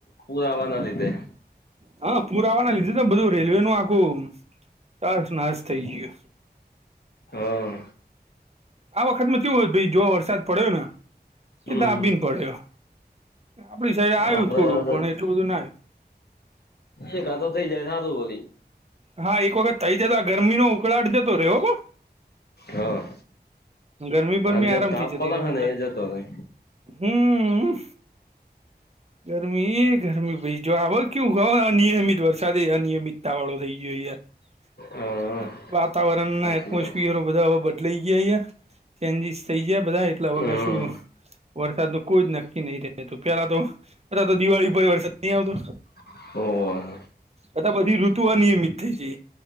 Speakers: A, on the left; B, on the right.
A: પૂરા આવવાના લીધે
B: હા, પુરા આવવા ના લીધે તો બધું રેલવે નું આખું તાસ નાશ થઈ ગયું,
A: હા,
B: આ વખતમાં કેવું હો ભય જો વરસાદ પડ્યો ને
A: હમ
B: એ દાબીને પડ્યો, આપડી સાઈડ આવ્યું
A: આપડે
B: થોડું
A: આ
B: પણ એટલું બધું ના આવ્યું,
A: એ કાતો થઈ જાય ના તો બોલી
B: હા એક વખત થઇ જતા આ ગરમી નો ઉકળાટ જતો રે હો,
A: હા
B: ગરમી બરમી
A: હાલ જે
B: આરામથી
A: તાપ
B: જતી
A: પડે
B: આમ
A: હે ને
B: તો,
A: એ જતો રે
B: હમ્મ ગરમી ગરમી ભાઈ જો આ કેવું હો અનિયમિત વરસાદ અનિયમિત તાળો <unintelligible>
A: હા
B: વાતાવરણ
A: સાચી
B: ના એટમોસફિયર
A: વાત
B: બદલાઈ જાય ચેન્જીસ થઈ જયા બધા એટલે હવ
A: હમ
B: કશું વરસાદ ન કોઈ જ નક્કી નહી થું પેલા તો અ તો દિવાળી પહી વરસાદ નહી આવતો
A: <unintelligible>
B: અતા બધી ઋતુ ઓ અનિયમિત થઈ જય